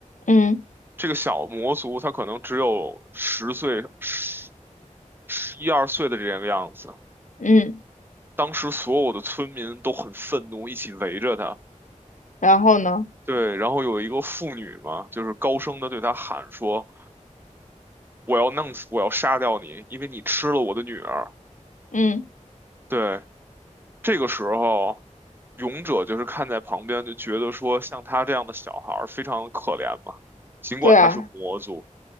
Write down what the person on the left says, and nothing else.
嗯
嗯，
然后呢？
嗯，
对啊，